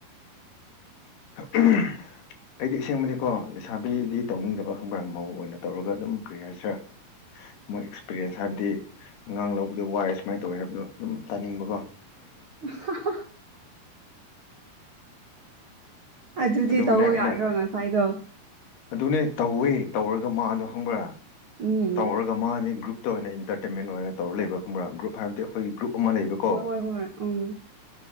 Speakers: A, on the left; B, on the right.
A: ꯑꯍꯥ ꯎꯝ <inaudible> ꯑꯩꯗꯤ ꯑꯁꯦꯡꯕꯗꯤꯀꯣ ꯂꯩꯁꯥꯕꯤꯗꯤ ꯇꯧꯅꯤꯡꯗꯕ ꯈꯪꯕ꯭ꯔꯥ ꯃꯧ ꯑꯣꯏꯅ ꯇꯧꯔꯒ ꯑꯗꯨꯝ ꯀꯔꯤ ꯍꯥꯏꯁꯤꯔꯥ ꯃꯣꯏ ꯑꯦꯛꯁꯄꯤꯔꯤꯌꯦꯟꯁ ꯍꯥꯏꯕꯗꯤ ꯑꯉꯥꯡ ꯂꯧꯕꯗꯣ ꯋꯥꯔꯦ ꯁꯨꯃꯥꯏꯅ ꯇꯧꯋꯦ ꯍꯥꯏꯕꯗꯣ ꯑꯗꯨꯝ ꯇꯥꯅꯤꯡꯕꯀꯣ
B: <unintelligible> ꯑꯗꯨꯗꯤ
A: ꯑꯗꯨꯒꯤꯅꯦ
B: ꯇꯧꯑꯣ
A: ꯑꯩꯅ
B: ꯌꯥꯗ꯭ꯔꯣ ꯉꯁꯥꯏꯗꯣ
A: ꯑꯗꯨꯅꯦ ꯇꯧꯋꯦ ꯇꯧꯔꯒ ꯃꯥꯗꯣ ꯍꯪꯕ꯭ꯔꯥ
B: ꯎꯝ
A: ꯇꯧꯔꯒ ꯃꯥꯅꯤ ꯒ꯭ꯔꯨꯞꯇ ꯑꯣꯏꯅ ꯏꯟꯇꯔꯇꯦꯟꯃꯦꯟ ꯑꯣꯏꯔ ꯇꯧꯔ ꯂꯩꯕ ꯈꯪꯕ꯭ꯔꯥ ꯒ꯭ꯔꯨꯞ ꯍꯥꯏꯕꯗꯤ ꯑꯩꯈꯣꯏꯒꯤ ꯒ꯭ꯔꯨꯞ ꯑꯃ ꯂꯩꯕ ꯀꯣ
B: ꯍꯣꯏ ꯍꯣꯏ ꯍꯣꯏ ꯎꯝ